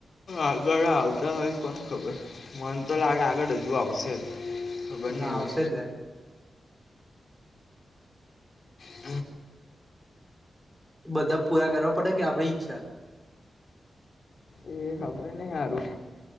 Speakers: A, on the left; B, in the centre.
A: આગળ આવતા હોય. કોને ખબર મન
B: હ
A: તો લાગે આગળ હજુ આવશે ખબર જ. નહીં
B: હ આવશે
A: હવે
B: લ.
A: હ.
B: બધા પૂરા કરવા પડે કે આપણી ઈચ્છા.
A: એ ખબર નહ સારું.